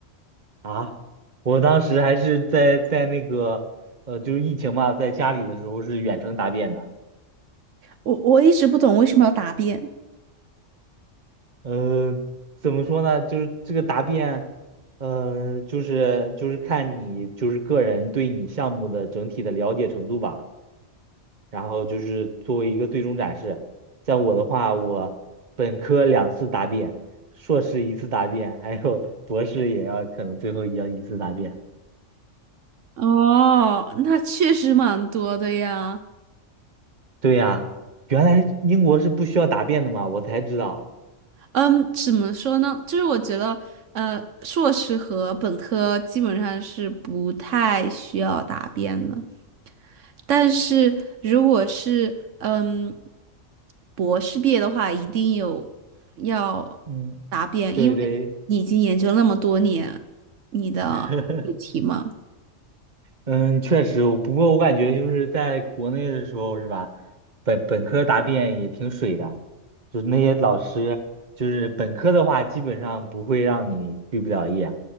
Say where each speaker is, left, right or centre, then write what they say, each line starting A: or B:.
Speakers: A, on the right; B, on the right.
A: 啊，我当时还是在在那个呃，就是疫情嘛，在家里的时候是远程答辩的。
B: 我我一直不懂为什么要答辩。
A: 嗯、怎么说呢？就是这个答辩，呃，就是就是看你就是个人对你项目的整体的了解程度吧。然后就是作为一个最终展示。像我的话，我本科两次答辩，硕士一次答辩，还有 <laughs> 博士也要可能最后也要一次答辩。
B: 哦，那确实蛮多的呀。
A: 对呀、原来英国是不需要答辩的嘛，我才知道。
B: 嗯，怎么说呢？就是我觉得，呃，硕士和本科基本上是不太需要答辩的。但是如果是嗯博士毕业的话，一定有要答辩，
A: 嗯，对对，
B: 因为你已经研究那么多年你的主题嘛。
A: <laughs> 嗯，确实，不过我感觉就是在国内的时候，是吧？本本科答辩也挺水的，就是那些老师，就是本科的话，基本上不会让你毕不了业，